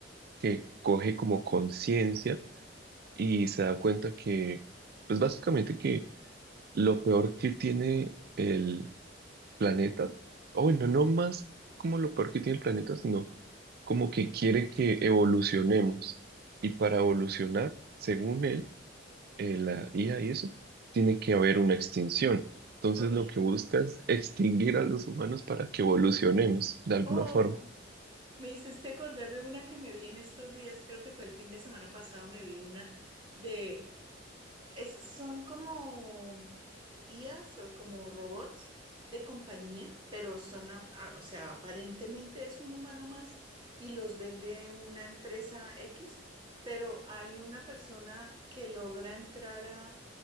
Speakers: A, on the right; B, on the right.
A: que coge como conciencia y se da cuenta que, pues básicamente que lo peor que tiene el planeta, o bueno, no más como lo peor que tiene el planeta, sino como que quiere que evolucionemos. Y para evolucionar, según él, eh, la IA y eso, tiene que haber una extinción. Entonces
B: Ok.
A: lo que busca es extinguir a los humanos para que evolucionemos de alguna
B: Oh,
A: forma.
B: me hiciste acordar de una que me vi en estos días, creo que fue el fin de semana pasado, me vi una de es- son como IAs o como robots de compañía, pero son, a- a- o sea, aparentemente es un humano más y los vende una empresa X, pero hay una persona que logra entrar a